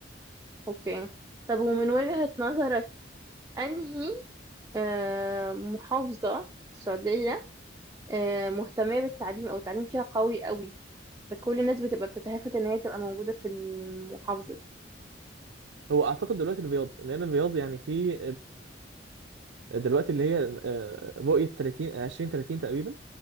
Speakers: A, on the right; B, on the right.
A: اوكي طب ومن وجهة نظرك انهي آه، محافظة السعودية آه، مهتمة بالتعليم أو التعليم فيها قوي قوي فكل الناس بتبقى بتتهافت إن هي تبقى موجودة في المحافظة دي.
B: هو اعتقد دلوقتي الرياض لان الرياض يعني في دلوقتي اللي هي آه، رؤية 30 آه، 20 30 تقريبا